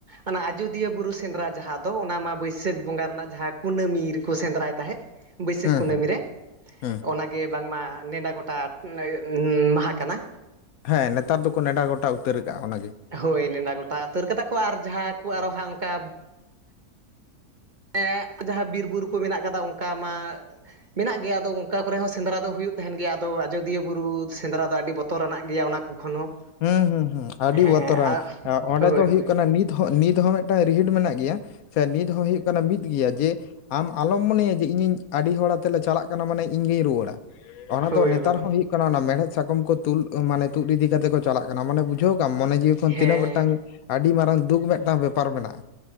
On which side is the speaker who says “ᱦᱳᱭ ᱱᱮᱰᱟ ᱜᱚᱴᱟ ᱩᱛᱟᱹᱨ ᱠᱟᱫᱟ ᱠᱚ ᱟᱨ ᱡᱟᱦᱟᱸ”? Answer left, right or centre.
Right